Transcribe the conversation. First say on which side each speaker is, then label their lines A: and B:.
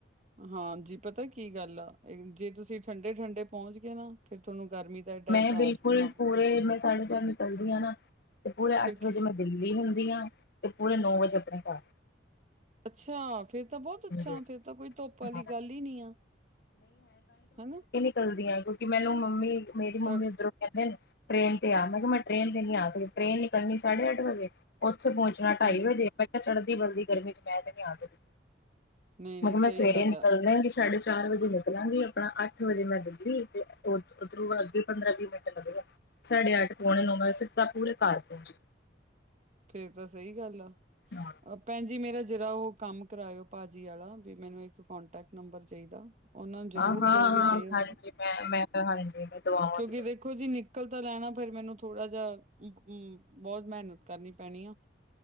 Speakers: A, on the right; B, on the left.
A: ਹਾਂਜੀ, ਪਤਾ ਕੀ ਗੱਲ ਆ, ਜੇ ਤੁਸੀਂ ਠੰਡੇ -ਠੰਡੇ ਪਹੁੰਚ ਗਏ ਨਾ, ਫਿਰ ਤੁਹਾਨੂੰ ਗਰਮੀ ਦਾ ਏਡਾ
B: ਮੈਂ
A: ਅਹਿਸਾਸ
B: ਬਿਲਕੁਲ
A: ਨਹੀਂ ਹੋਣਾ
B: ਪੂਰੇ ਮੈਂ ਸਾਢੇ ਚਾਰ ਨਿਕਲਦੀ ਹਾਂ ਨਾ, ਤੇ ਪੂਰੇ
A: ਫਿਰ
B: ਅੱਠ
A: ਕੀ
B: ਵਜੇ ਮੈਂ ਦਿੱਲੀ ਹੁੰਦੀ ਆ, ਤੇ ਪੂਰੇ ਨੌ ਵਜੇ ਆਪਣੇ ਘਰ
A: ਅੱਛਾ ਫੇਰ ਤਾਂ ਬਹੁਤ ਅੱਛਾ,
B: ਹਾਂਜੀ
A: ਫੇਰ ਤਾਂ ਕੋਈ ਧੁੱਪ ਵਾਲੀ
B: ਹਾਂ
A: ਗੱਲ ਹੀ ਨੀ ਆ, ਹਨਾ
B: ਚੱਲਦੀਆਂ, ਕਿਉਂਕਿ ਮੈਨੂੰ ਮੰਮੀ, ਮੇਰੀ ਮੰਮੀ
A: ਤੁਹਾ
B: ਉੱਧਰੋਂ ਕਹਿੰਦੇ ਨੇ ਟ੍ਰੇਨ ਤੇ ਆ ਮੈਂ ਕਿਹਾ ਮੈਂ ਟ੍ਰੇਨ ਤੇ ਨੀ ਆ ਸਕਿਆ ਟ੍ਰੇਨ ਨਿਕਲਣੀ ਸਾਢੇ ਅੱਠ ਵਜੇ ਉੱਥੇ ਪਹੁੰਚਣਾ
A: ਹਾਂਜੀ
B: ਢਾਈ ਵਜੇ ਮੈਂ ਕਿਹਾ ਸਰਦੀ ਬਲਦੀ ਗਰਮੀ ਚ ਮੈਂ ਤੇ ਨੀ ਆ ਸਕਦੀ
A: ਨਹੀਂ-ਨਹੀਂ
B: ਮਗ ਕਿਹਾ ਮੈਂ
A: ਸਹੀ
B: ਸਵੇਰੇ
A: ਗੱਲ
B: ਨਿਕਲਦਾ
A: ਆ
B: ਵੀ ਸਾਢੇ ਚਾਰ ਵਜੇ ਨਿਕਲਾਂਗੀ ਆਪਣਾ ਅੱਠ ਵਜੇ ਮੈਂ ਦਿੱਲੀ ਤੇ ਉੱਧਰੋਂ ਅੱਗੇ ਪੰਦਰਾਂ ਵੀਹ ਮਿੰਟ ਲੱਗਗਾ ਸਾਢੇ ਅੱਠ ਪਉਣੇ ਨੌ ਮੈਂ ਸਿੱਧਾ ਪੂਰੇ ਘਰ ਪਹੁੰਚ
A: ਫੇਰ ਤਾਂ ਸਹੀ ਗੱਲ ਆ
B: ਹਾਂ
A: ਭੈਣ ਜੀ ਮੇਰਾ ਜਰਾ ਉਹ ਕੰਮ ਕਰਾਇਓ ਭਾਜੀ ਵਾਲਾ ਵੀ ਮੈਨੂੰ ਇੱਕ ਕੋਂਟੈਕਟ ਨੰਬਰ ਚਾਹੀਦਾ ਉਹਨਾਂ ਜ਼ਰੂਰ
B: ਹਾਂ
A: ਕ ਵੀ
B: ਹਾਂ
A: ਦੇਓ
B: ਹਾਂਜੀ ਮੈਂ ਮੈਂ ਹਾਂਜੀ ਮੈਂ ਦਵਾਵਾਂਗੀ
A: ਕਿਉਂਕਿ ਦੇਖ ਦੇਖੋ ਜੀ ਨਿਕਲ ਤਾਂ ਲੈਣਾ ਫੇਿਰ ਮੈਨੂੰ ਥੋੜਾ ਜਿਹਾ ਬਹੁਤ ਮਿਹਨਤ ਕਰਨੀ ਪੈਣੀ